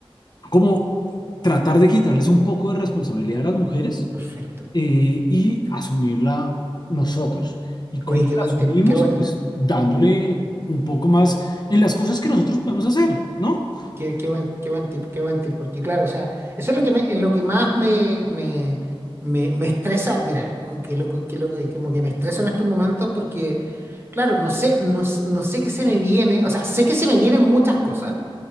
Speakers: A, on the left (about 45°); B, on the right (about 25°).
A: como tratar de quitarles un poco de responsabilidad a las mujeres
B: perfecto.
A: eh, y asumirla nosotros. ¿Y cómo
B: Oye, qué
A: la
B: buen
A: asumimos?
B: tip, qué buen,
A: Pues dándole un poco más en las cosas que nosotros podemos hacer, ¿no?
B: qué, qué buen, qué buen tip, qué buen tip, porque claro, o sea, eso es lo que me, lo que más me, me, me, me estresa, mira, co- qué loco, qué loco, como que me estreso en estos momentos porque, claro, no sé, no, s- no sé qué se me viene, o sea, sé que se me vienen muchas cosas,